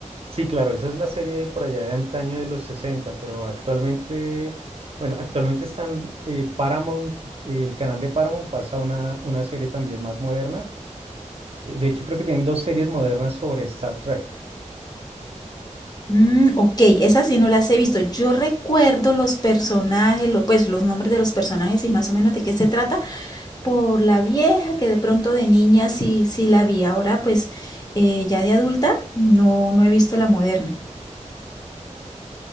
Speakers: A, on the right; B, on the left.
A: Sí, claro, esa es la serie por allá de antaño de los 60, pero actualmente, bueno, actualmente están eh, Paramount, eh, el canal de Paramount pasa una, una serie también más moderna. Eh, de hecho, creo que tienen dos series modernas sobre Star Trek.
B: Mm, ok, esas sí no las he visto. Yo recuerdo los personajes, lo- pues los nombres de los personajes y más o menos de qué se trata por la vieja que de pronto de niña sí, sí la vi. Ahora pues eh, ya de adulta no, no he visto la moderna.